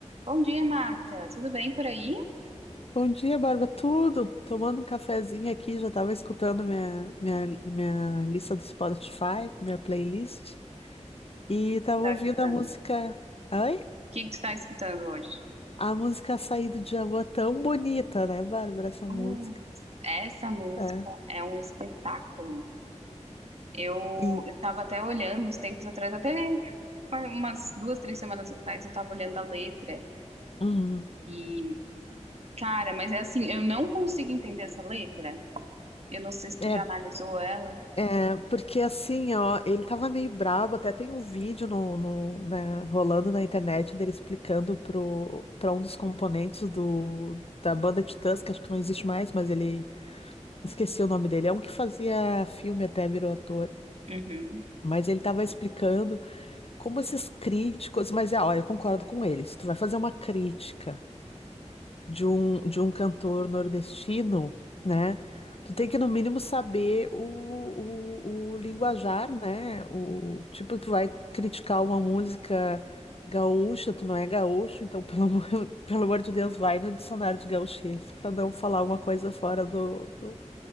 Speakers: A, on the right (about 60°); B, on the left (about 55°).
A: Bom dia, Marta. Tudo bem por aí?
B: Bom dia, Barba. Tudo? Tomando um cafezinho aqui, já estava escutando minha, minha, minha lista do Spotify, minha playlist, e estava
A: O Tá
B: ouvindo
A: escutando?
B: a música.
A: O
B: Oi?
A: que que tu tá escutando hoje?
B: A música Açaí do Djavan, tão bonita, né, Bárbara? Essa
A: Putz,
B: música.
A: essa música
B: É.
A: é um espetáculo. Eu,
B: E,
A: eu tava até olhando uns tempos atrás, até umas duas, três semanas atrás, eu tava olhando a letra
B: Uhum.
A: e, cara, mas é assim, eu não consigo entender essa letra. Eu não sei se tu
B: É,
A: já analisou ela.
B: é, porque assim, ó, ele tava meio brabo, até tem um vídeo no, no, né, rolando na internet dele explicando pro, pra um dos componentes do, da banda Titãs, que acho que não existe mais, mas ele Esqueci o nome dele. É um que fazia filme até virou ator.
A: Uhum.
B: Mas ele estava explicando como esses críticos. Mas é, ó, eu concordo com ele. Se tu vai fazer uma crítica de um, de um cantor nordestino, né? Tu tem que, no mínimo, saber o, o, o linguajar, né? O, tipo, tu vai criticar uma música gaúcha, tu não é gaúcho, então, pelo, amor- <laughs> pelo amor de Deus, vai no dicionário de gauchês para não falar uma coisa fora do do